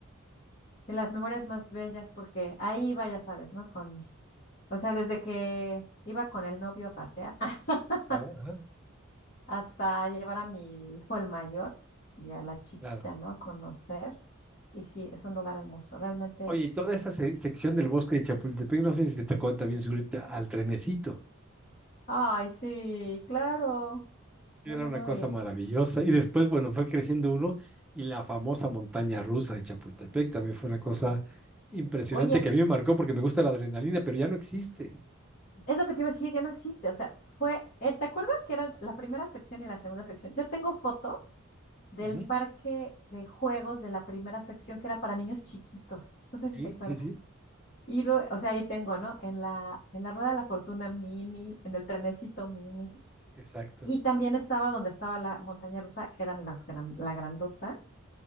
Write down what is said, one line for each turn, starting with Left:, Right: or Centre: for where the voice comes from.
Left: de las memorias más bellas porque ahí iba, ya sabes, ¿no? Con, o sea, desde que iba con el novio a pasear. <laughs>
Centre: Claro, ajá,
Left: hasta llevar a mi hijo el mayor y a la chiquita,
Centre: claro.
Left: ¿no? A conocer. Y sí, es un lugar hermoso, realmente.
Centre: Oye, y toda esa se- sección del bosque de Chapultepec, no sé si te tocó también subirte al trenecito.
Left: Ay, sí, claro.
Centre: Era
Left: No, no,
Centre: una
Left: no.
Centre: cosa
Left: el-
Centre: maravillosa. Y después, bueno, fue creciendo uno y la famosa montaña rusa de Chapultepec también fue una cosa impresionante
Left: Oye,
Centre: que a mí me marcó porque me gusta la adrenalina, pero ya no existe.
Left: eso que te iba a decir ya no existe. O sea, fue, eh, ¿te acuerdas que eran la primera sección y la segunda sección? Yo tengo fotos del
Centre: Ujú,
Left: parque de juegos de la primera sección que era para niños chiquitos. No sé si
Centre: Sí,
Left: te acuerdas.
Centre: sí, sí,
Left: Y luego, o sea, ahí tengo, ¿no? En la, en la rueda de la fortuna mini, en el trenecito mini.
Centre: exacto.
Left: Y también estaba donde estaba la montaña rusa, que eran las gran- la grandota,